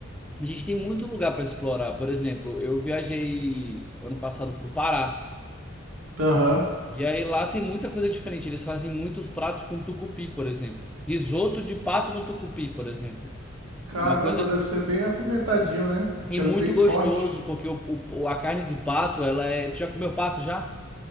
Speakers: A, in the centre; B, on the right.
A: a gente tem muito lugar para explorar. Por exemplo, eu viajei ano passado pro Pará.
B: Aham.
A: E aí lá tem muita coisa diferente. Eles fazem muitos pratos com tucupi, por exemplo. Risoto de pato no tucupi, por exemplo.
B: Caramba,
A: É uma coisa
B: deve ser bem apimentadinho, né? Porque
A: e
B: ela
A: muito
B: é bem forte.
A: gostoso, porque o, o- a carne do pato, ela é. Tu já comeu pato já?